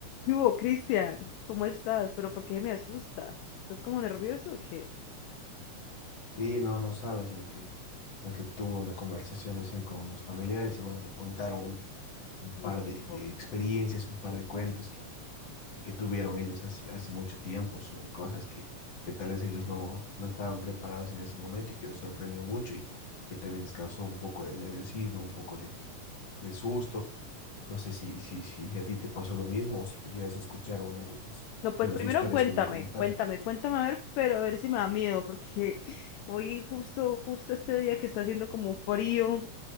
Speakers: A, on the left; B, on the left.
A: ¿Qué hubo, Cristian? ¿Cómo estás? ¿Pero por qué me asusta? ¿Estás como nervioso o qué?
B: Sí, no, no sabes lo que, lo que tuve una conversación recién con unos familiares y bueno, me contaron un, un par
A: Me preocupa.
B: de, de experiencias, un par de cuentos que, y que tuvieron ellos hace, hace mucho tiempo sobre cosas que, que tal vez ellos no, no estaban preparados en ese momento y que los sorprendió mucho y que también les causó un poco de nerviosismo, un poco de, de susto. No sé si, si, si a ti te pasó lo mismo o si quisieras escuchar una de las,
A: No, pues
B: de las
A: primero
B: historias
A: cuéntame,
B: que me comentaron.
A: cuéntame, cuéntame a ver, pero a ver si me da miedo, porque hoy justo, justo este día que está haciendo como frío,